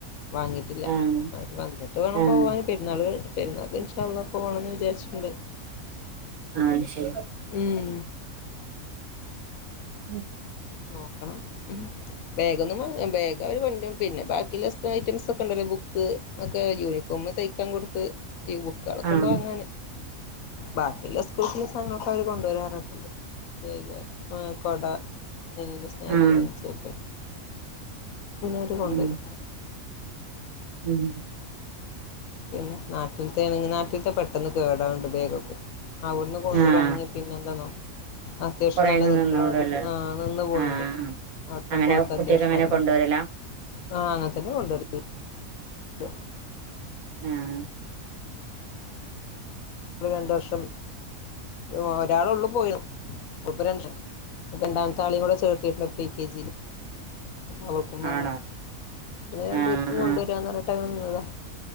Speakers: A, on the left; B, on the right.
A: വാങ്ങിട്ടില്ല
B: ആഹ്
A: അത് വന്നിട്ട് വേണം
B: ആഹ്
A: പോവാൻ. പെരുനാള് പെരുന്നാക്ക് ഇൻഷാള്ളാ പോണോന്ന് വിചാരിച്ചിട്ടുണ്ട്.
B: ആഹ് അത് ശരി
A: ഊം.
B: ഉം
A: നോക്കണം ഉം ബേഗൊന്നും വാങ്ങ് ബാഗ് അവര് കൊണ്ടെരും പിന്നെ ബാക്കിയുള്ള സ് ഐറ്റംസൊ ക്കണ്ടല്ലൊ ബുക്ക് ഒക്കെ ഒര് യൂണിഫോം തയ്ക്കാം കൊടുത്ത് <unintelligible> ക്കാളൊക്കെണ്ട്
B: ആഹ് ആഹ്
A: വാങ്ങാന് ബാക്കിള്ള സ്കൂൾ <unintelligible> സാനങ്ങളൊക്കവര് കൊണ്ടോരു അർഞ്ഞിട്ടുണ്ട്. ബേഗ് ആ കൊട <unintelligible> സ്നാക്സ്
B: ആഹ്
A: ലഞ്ച് ഒക്കെ പിന്നോര് കൊണ്ടുരും
B: ആഹ് ഉം
A: പിന്ന നാട്ടിൽത്തെ ആണെങ്കി നാട്ടിൽത്തെ പെട്ടെന്ന് കേടാവുണ്ട് ബേഗൊക്കെ അവിടുന്ന് കൊണ്ടൊരാ
B: ആഹ്
A: ണെങ്ങി പിന്നെ ന്താന്നോ അത്യാവശ്യം
B: കൊറെയങ്ങ്
A: നല്ല നിക്ക്ണ്‌ണ്ട്
B: നിന്നോളൂല്ലേ
A: ആഹ് നിന്ന് പോണ്‌ണ്ട്.
B: ആഹ്
A: അവിട്ത്തെ
B: അങ്ങനെ
A: ക്ലോത്തത്യാവശ്യം
B: കുട്ടിയൊക്കെ അങ്ങനെ
A: നല്ല.
B: കൊണ്ടുവരലാ
A: ആഹ് അങ്ങൻത്തന്നെയാ കൊണ്ടോര്ല്. <inaudible>
B: ആഹ്
A: ഒന്ന് രണ്ടു വർഷം ഉ ഒരാളുള്ള് പോയിണ് ഒപ്പരണ്ട് ഇപ്പ രണ്ടാംത്തെ ആളെയും കൂടെ ചേർത്തിട്ടിണ്ട് പ്രീ കെ ജി ല് അവൾക്കും വേണം
B: ആണോ
A: പിന്ന രണ്ടു
B: ആഹ്
A: പേർക്കും കൊണ്ടുവരാന്നറിഞ്ഞിട്ടങ്ങനനിന്നത
B: ആഹ്